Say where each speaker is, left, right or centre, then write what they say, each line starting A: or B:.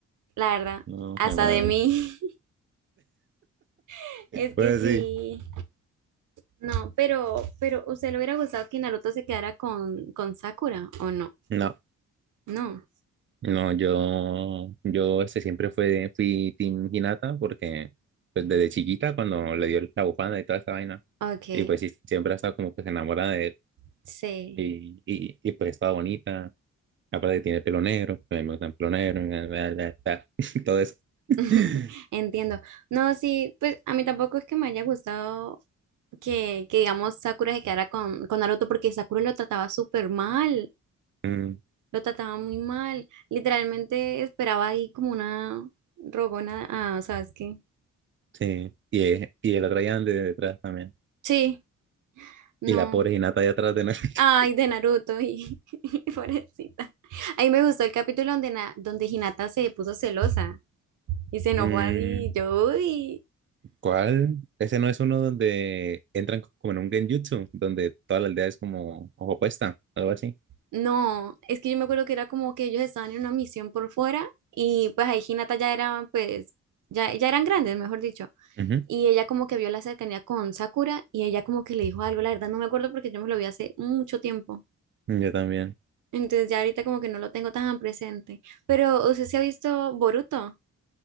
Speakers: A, on the right; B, on the right.
A: la verdad,
B: No,
A: hasta
B: mi madre.
A: de mí, <laughs> es
B: Pues
A: que sí.
B: sí.
A: No, pero, pero ¿usted le hubiera gustado que Naruto se quedara con, con Sakura o no?
B: No.
A: No,
B: No, yo, yo este, siempre fue, fui Team Hinata porque pues desde chiquita cuando le dio la bufanda y toda esta vaina,
A: ok,
B: y pues sí, siempre ha estado como que se enamora de él
A: sí.
B: y, y, y pues estaba bonita, aparte tiene pelo negro, pues me gusta el pelo negro, bla, bla, bla, bla, <laughs> todo eso. <laughs>
A: <laughs> Entiendo. No, sí, pues a mí tampoco es que me haya gustado que, que digamos Sakura se quedara con, con Naruto porque Sakura lo trataba súper mal,
B: Mm,
A: lo trataba muy mal. Literalmente esperaba ahí como una rogona ah sabes qué
B: sí, y, eh, y el otro allá de detrás también,
A: Sí, no.
B: y la pobre Hinata allá atrás de nosotros.
A: Ay, de Naruto y <laughs> pobrecita. Ahí me gustó el capítulo donde, Na- donde Hinata se puso celosa y se enojó
B: <laughs>
A: así. Yo, uy.
B: ¿Cuál? Ese no es uno donde entran co- como en un genjutsu, donde toda la aldea es como ojo puesta, algo así.
A: No, es que yo me acuerdo que era como que ellos estaban en una misión por fuera y pues ahí Hinata ya era, pues, ya, ya eran grandes, mejor dicho.
B: Ujú,
A: Y ella como que vio la cercanía con Sakura y ella como que le dijo algo, la verdad no me acuerdo porque yo me lo vi hace mucho tiempo.
B: Yo también.
A: Entonces ya ahorita como que no lo tengo tan presente. Pero usted se ha visto Boruto,